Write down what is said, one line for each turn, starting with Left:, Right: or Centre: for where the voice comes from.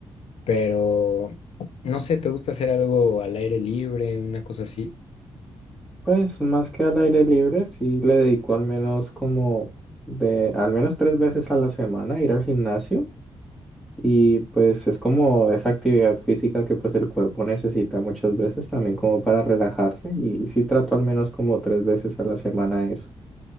Left: Pero, no sé, ¿te gusta hacer algo al aire libre, una cosa así?
Centre: Pues más que al aire libre, sí le dedico al menos como de al menos tres veces a la semana ir al gimnasio y pues es como esa actividad física que pues el cuerpo necesita muchas veces también como para relajarse y sí trato al menos como tres veces a la semana eso.